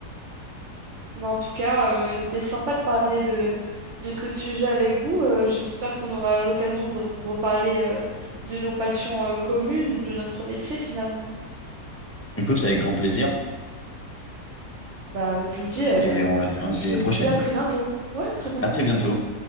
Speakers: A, on the right (about 50°); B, on the left (about 20°).
A: Mais en tout cas, euh, c'était sympa de parler de, de ce sujet avec vous. Euh, j'espère qu'on aura l'occasion de reparler euh, de nos passions euh, communes, de notre métier finalement.
B: Écoute, c'est avec grand plaisir
A: Bah, je vous dis, euh,
B: et on on se
A: je
B: dit à
A: vous
B: une prochaine.
A: dis à très bientôt. Ouais, à très bientôt.
B: À très bientôt.